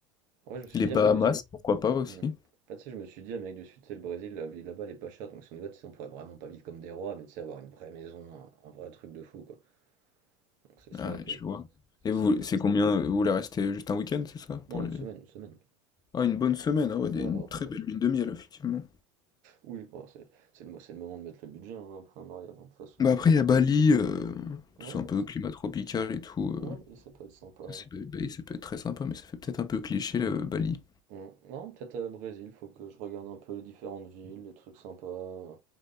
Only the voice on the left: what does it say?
les
Bahamas,
pourquoi pas aussi.
Ah,
je
vois. Et
vous,
c'est
combien? Vous voulez rester juste un week-end, c'est ça?
Pour
les...
Ah, une bonne semaine, ah ouais,
des- une très belle lune de miel, effectivement.
Bah
après, il y a Bali, euh,
tout ça
un peu climat tropical et tout. euh,
ça, c'est- Bali, Bali, ça peut être très sympa, mais ça fait peut-être un peu cliché, là, euh, Bali.